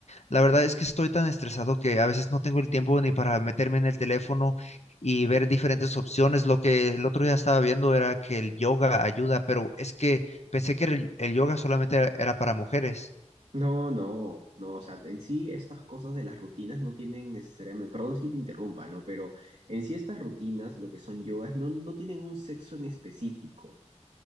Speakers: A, on the left; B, on the right.
A: la verdad es que estoy tan estresado que a veces no tengo el tiempo ni para meterme en el teléfono y ver diferentes opciones. Lo que el otro día estaba viendo era que el yoga ayuda, pero es que pensé que el, el yoga solamente era, era para mujeres.
B: No, no, no, o sea, en sí estas cosas de las rutinas no tienen necesariamente, perdón es que te interrumpa, ¿no? Pero en sí estas rutinas, lo que son yogas, no, no tienen un sexo en específico.